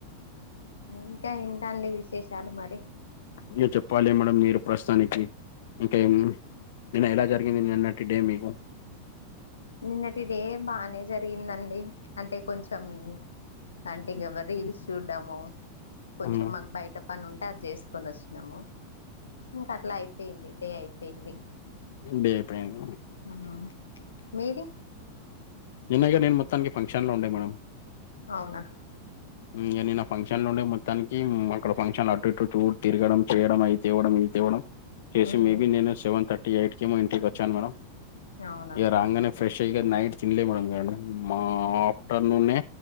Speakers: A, on the left; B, on the left.
A: ఇంకా ఏంటండి విశేషాలు మరి
B: మీరు చెప్పాలి మేడం మీరు ప్రస్తుతానికి ఇంకేం నిన్న ఎలా జరిగింది నిన్నటి డే మీకు
A: నిన్నటి డే బానే జరిగిందండి అంటే కొంచెం అంటే ఇగ మరి రీల్స్ చూడ్డము కొంచెం
B: హ్మ్
A: మాకు బయట పని ఉంటే అది చేసుకొని వచ్చినాము ఇంకా అట్లా అయి పోయింది డే అయిపోయింది
B: డేపేమో
A: ఆ మీది
B: నిన్న నేను మొత్తానికి ఫంక్షన్లో ఉండే మేడం
A: అవునా
B: ఇగ నిన్న ఫంక్షన్ ఉండే మొత్తానికి అక్కడ ఫంక్షన్ అటు ఇటు చూ తిరగడం చేయడం, అయి తేవ్వడం, అయి తేవడం చేసి
A: మ్మ్.
B: మేబీ నేను సెవెన్ థర్టీ, ఎయిట్కిమో ఇంటికి వచ్చాను మేడమ్.
A: అవున.
B: రంగానే ఫ్రెష్ అయి ఇగ నైట్ తినలే మేడం నేను మా ఆఫ్టర్నూనే